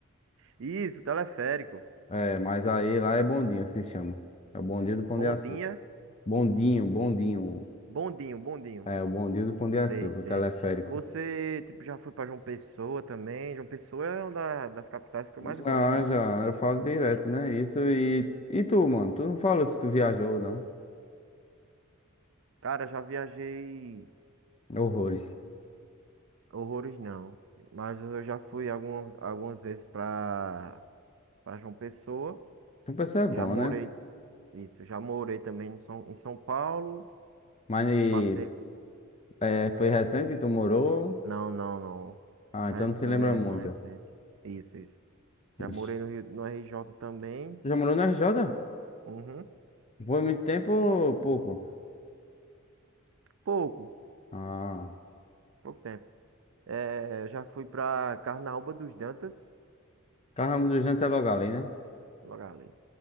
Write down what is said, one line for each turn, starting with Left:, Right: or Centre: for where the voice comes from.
Right: Isso, teleférico.
Left: É, mas aí lá é bondinho que se chama. É o Bom Dia do Pão
Right: Bondinha.
Left: de Açúcar. Bondinho, bondinho.
Right: Bondinho, bondinho.
Left: É, o Bom Dia do Pão de
Right: Sei,
Left: Açúcar,
Right: sei.
Left: o teleférico.
Right: Você, tipo, já foi pra João Pessoa também? João Pessoa é uma da- das capitais que eu
Left: Já,
Right: mais gosto, cara.
Left: já, eu falo direto, né? Isso e... E tu, mano? Tu não falou se tu viajou ou não.
Right: Cara, já viajei
Left: Horrores.
Right: horrores não, mas eu já fui algumas, algumas vezes para para João Pessoa.
Left: Tu pessoa é bom,
Right: Já morei,
Left: né?
Right: isso, já morei também em São, em São Paulo.
Left: Mas e,
Right: Passei,
Left: é, foi recente que tu morou?
Right: não, não, não.
Left: Ah,
Right: Fa-
Left: então não se
Right: Não
Left: lembra
Right: é
Left: muito.
Right: tão recente. Isso, isso. Já
Left: Ixi.
Right: morei no Rio, no RJ também.
Left: Tu já morou na RJ?
Right: Uhum.
Left: Foi muito tempo ou pouco?
Right: Pouco,
Left: Ah,
Right: pouco tempo. É, já fui para Carnaúba dos Dantas,
Left: Carnaval dos Anjos é logo ali, né?
Right: logo ali.